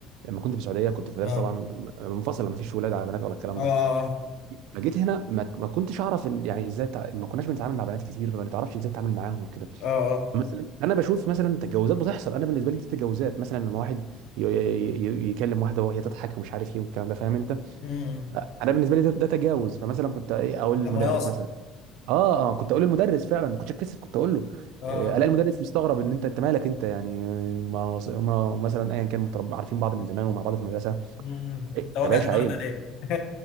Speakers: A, on the right; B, on the left.
A: لما كنت في السعوديه كنت في مدرسه
B: اه
A: طبعا منفصله ما فيش ولاد على بنات ولا الكلام
B: اه
A: ده فجيت هنا ما, ما كنتش اعرف إن- يعني ازاي تع... ما كناش بنتعامل مع بنات كتير فما نتعرفش ازاي نتعامل معاهم وكده
B: اه
A: مثلا انا بشوف مثلا تجاوزات بتحصل انا بالنسبه لي دي تجاوزات مثلا لما واحد ي... ي... ي... يكلم واحده وهي تضحك ومش عارف ايه والكلام ده فاهم انت
B: امم
A: انا بالنسبه لي ده, ده تجاوز فمثلا كنت إيه اقول
B: ده
A: للمدرس
B: مياصة
A: مثلا اه اه كنت اقول للمدرس فعلا ما كنتش اتكسف كنت اقول له
B: اه
A: آه، الاقي المدرس مستغرب ان انت انت مالك انت يعني آه، ما ما مثلا ايا كان متربى عارفين بعض من زمان ومع بعض في المدرسه
B: امم
A: إيه
B: توجع
A: يا باشا
B: دماغنا
A: عيب
B: ليه <laughs>